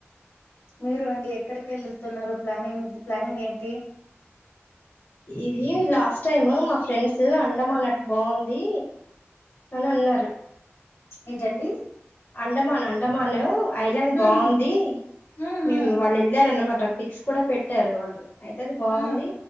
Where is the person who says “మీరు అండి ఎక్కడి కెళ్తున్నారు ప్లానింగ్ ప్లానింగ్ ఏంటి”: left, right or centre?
Left